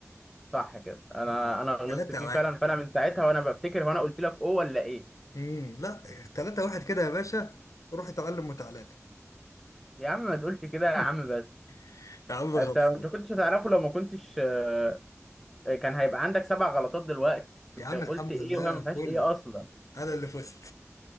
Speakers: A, in the centre; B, on the left.
A: صح كده انا
B: اه
A: انا غلطت
B: 3
A: فيه
B: واحد
A: فعلا فانا من ساعتها وانا بفتكر هو انا قلت لك او ولا ايه
B: امم لا 3 واحد كده يا باشا روح اتعلم وتعالى لي
A: يا عم ما تقولش كده يا
B: <laughs>
A: عم بس
B: يا عم
A: انت
B: خلصوا
A: انت كنتش هتعرفه لو ما كنتش آه، كان هيبقى عندك سبع غلطات دلوقتي كنت
B: يا عم
A: قلت
B: الحمد
A: ايه
B: لله
A: وهي ما
B: فل
A: فيهاش ايه اصلا
B: انا اللي فزت